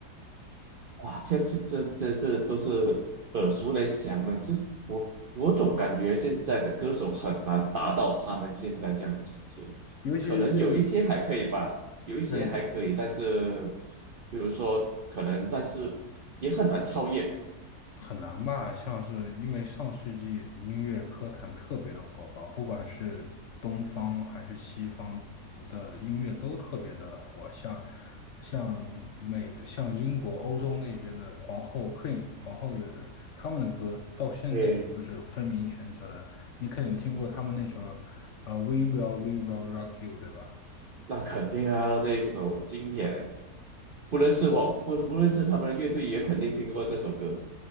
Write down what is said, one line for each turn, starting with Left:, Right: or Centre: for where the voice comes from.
Right: 哇，这这这这是都是耳熟能详的。这是我我总感觉现在的歌手很难达到他们现在这样的境界，
Left: 尤其是这，
Right: 可能有一些还可以吧，有一些还可以，
Left: 对
Right: 但是比如说可能，但是也很难超越。
Left: 很难吧？像是因为上世纪音乐科坛特别的火爆，不管是东方还是西方的音乐都特别的火，像像美像英国欧洲那边的皇后 Queen 皇后乐队，他们的歌到现在就是风靡全球的。
Right: 对，
Left: 你肯定听过他们那首呃 "We Will We Will Rock You" 对吧？
Right: 那肯定啊，这一首经典，不论是我，不不论是他们的乐队，也肯定听过这首歌。